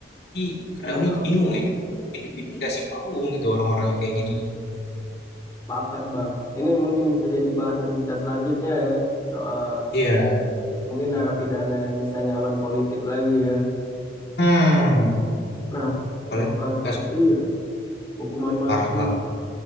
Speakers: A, on the left (about 55°); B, on the left (about 20°).
A: jadi
B: Bener,
A: kadang nih
B: Rob.
A: bingung ya makin lebih dikasih panggung gitu orang-orang yang kayak gitu tuh
B: Pakat, Bang. Ini mungkin bisa jadi bahasan kita selanjutnya ya. Soal
A: iya
B: mungkin narapidana yang bisa nyalon politik lagi ya.
A: hmm
B: Nah,
A: apalagi
B: untuk kasus
A: kasus
B: iya, hukuman mati.
A: parah banget